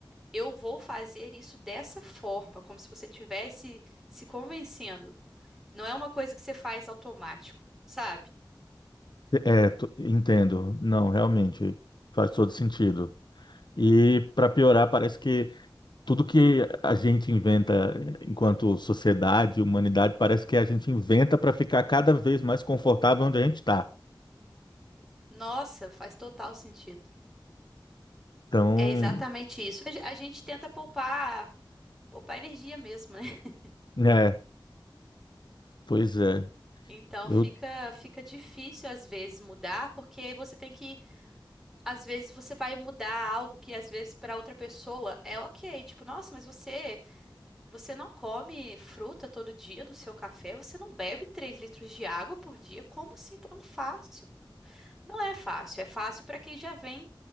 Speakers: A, in the centre; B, on the left.
A: eu vou fazer isso dessa forma, como se você tivesse se convencendo. Não é uma coisa que você faz automático, sabe?
B: É, tu- entendo. Não, realmente faz todo sentido. E para piorar, parece que tudo que a gente inventa enquanto sociedade, humanidade, parece que a gente inventa para ficar cada vez mais confortável onde a gente está.
A: Nossa, faz total sentido.
B: Então,
A: É exatamente isso. A ge- a gente tenta poupar, poupar energia mesmo, né? <laughs>
B: é, pois é.
A: Então
B: Eu,
A: fica, fica difícil às vezes mudar, porque aí você tem que, às vezes você vai mudar algo que às vezes para outra pessoa é ok, tipo, nossa, mas você, você não come fruta todo dia no seu café, você não bebe 3 litros de água por dia, como assim tão fácil? Não é fácil, é fácil para quem já vem